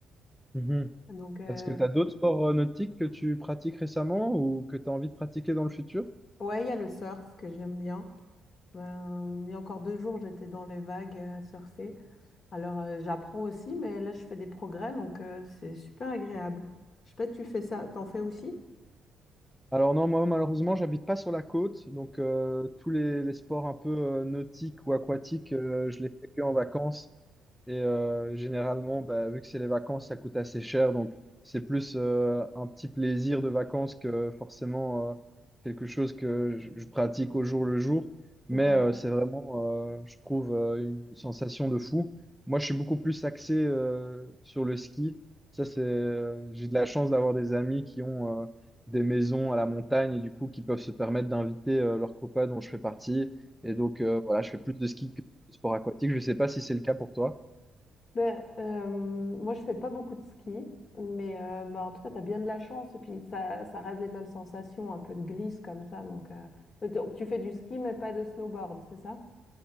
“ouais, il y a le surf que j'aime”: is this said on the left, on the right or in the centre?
Left